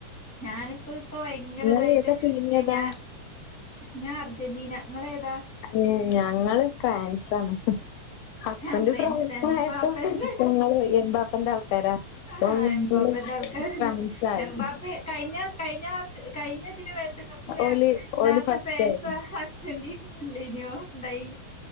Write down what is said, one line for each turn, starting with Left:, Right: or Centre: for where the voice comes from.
Centre: ഞാനിപ്പ ഇപ്പ ഭയങ്കരതായിട്ട്
Left: നിങ്ങള് ഏതാ ടീം ഏതാ
Centre: ഞാൻ ഞാ അർജന്റീന ങ്ങളേതാ
Left: ഞ ഞങ്ങള് ഫ്രാൻസാണ് ഹസ്ബൻഡ്
Centre: ഞാൻ ഫ്രാൻസ്
Left: ഫ്രാൻസായപ്പോ
Centre: എംബാപ്പന്റെ
Left: ഞങ്ങള് എംബാപ്പന്റെ ആൾക്കാരാ അപ്പം
Centre: ആഹ്
Left: ഞങ്ങള്
Centre: എംബാപ്പെൻ്റാൾക്കാരന്നെ
Left: ഫ്രാൻസായി
Centre: എബാപ്പെ കഴിഞ്ഞ കഴിഞ്ഞ കൊറച്ച് കഴിഞ്ഞതില് വേൾഡ് കപ്പ് ലാ
Left: ഓല് ഓല്
Centre: ലാസ്റ്റ്
Left: ഫസ്റ്റായി
Centre: ഫ്രാൻസ് അർജന്റീന ഇല്ലേനിയോ ഉണ്ടായി